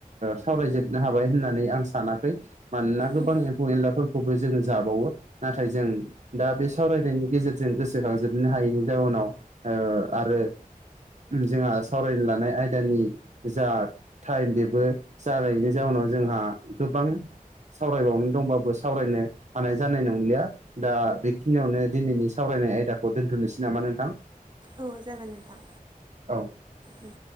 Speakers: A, on the right; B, on the right.
A: सावरायजोबनो हाबाय होननानै आं सान- सानाखै मानोना गोबां
B: उम
A: एम्फौ एनलाफोर खौबो जोङो जाबावो नाथाय जों दा बे सावरायनायनि गेजेरजों गोसोखांजोबनो हायैनि जाउनाव ओ आरो जोंहा सावरायनो लानाय आयदानि जा टाइम बेबो जानायनि जाउनाव जोंहा बां सावरायबावनो दंबाबो सावरायनो हानाय जानाय नंलिया दा बेखिनियावनो दिनैनि सावराय फरायनाय आयदाखौ दोनथनोसै नामा नोंथां?
B: औ जागोन नोंथां।
A: औ।
B: उम